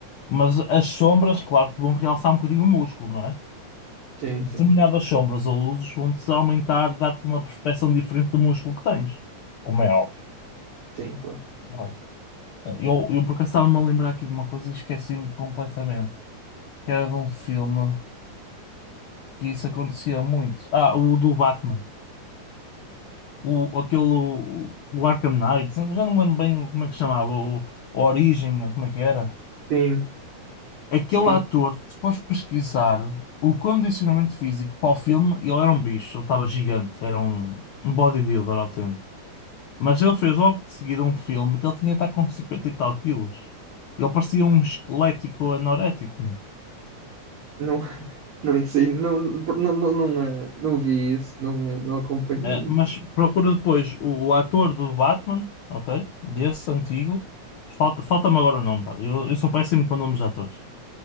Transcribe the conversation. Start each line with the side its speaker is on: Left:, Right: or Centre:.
Left: Mas as sombras, claro que vão realçar um bocadinho o músculo, não é?
Right: Sim,
Left: Determinadas
Right: sim, sim.
Left: sombras ou luzes vão-te aumentar, dar-te uma perspeção diferente do músculo que tens, como é óbvio.
Right: Sim, claro.
Left: não é? Eu, eu por acaso estava-me a lembrar aqui de uma coisa e esqueci-me completamente, que era de um filme que isso acontecia muito. Ah, o do Batman. O, aquele, o, o Arkham Knight, já não me lembro bem como é que se chamava, o, a Origem, como é que era.
Right: Sim,
Left: Aquele
Right: sim.
Left: ator, se fores pesquisar o condicionamento físico para o filme, ele era um bicho, ele estava gigante, era um, um bodybuilder autêntico. Mas ele fez logo de seguida um filme que ele tinha de estar com 50 e tal quilos. Ele parecia um esquelético anorético, meu.
Right: Não, <laughs> não sei, não, não, não, não, eh, não vi isso, não, eh, não acompanhei
Left: É, mas
Right: isso.
Left: procura depois o, o ator do Batman, ok? Desse antigo. Falta, falta-me agora o nome, pá. Eu, eu sou péssimo com nomes de atores.